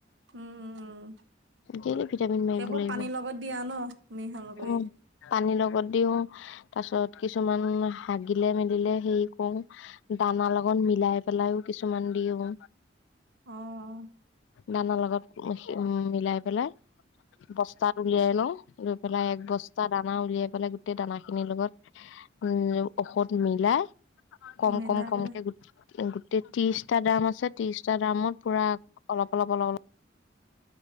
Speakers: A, on the right; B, on the left.
A: উম,
B: ডেইলি ভিটামিন মাৰিব
A: সেইবোৰ
B: লাগিব
A: পানীৰ লগত দিয়া ন মিহল কৰি?
B: উম, পানীৰ লগত দিওঁ, তাৰ পাছত কিছুমান হাগিলে মেলিলে হেই কও। দানা লগত মিলাই পেলাইও কিছুমান দিও।
A: অ'।
B: দানৰ লগত <unintelligible> উম, মিলাই পেলাই বস্তাত উলিয়াই নও লৈ পেলাই এক বস্তাত দানা উলিয়াই পেলাই গোটেই দানা খিনিৰ লগত উম, ঔষধ মিলাই কম-কম-কমকে
A: মিলাই পেলাই
B: গোট গোটেই ত্ৰিছটা দাম আছে ত্ৰিছটা দামত পুৰা অলপ-অলপ-অলপ -অল